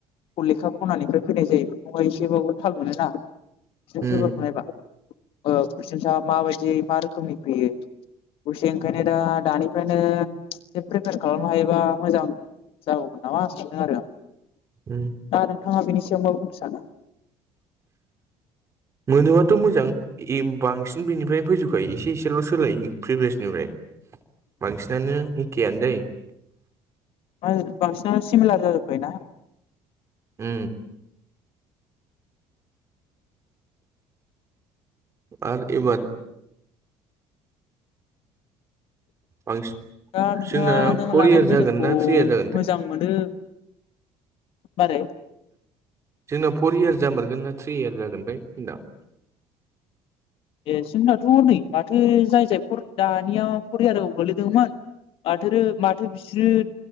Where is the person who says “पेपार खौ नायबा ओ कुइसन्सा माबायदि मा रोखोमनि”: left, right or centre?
Left